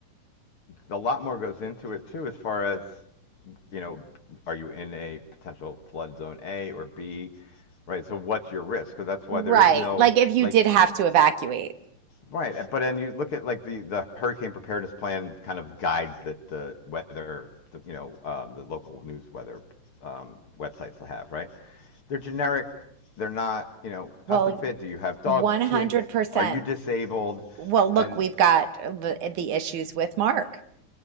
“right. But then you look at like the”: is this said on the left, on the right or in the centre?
Left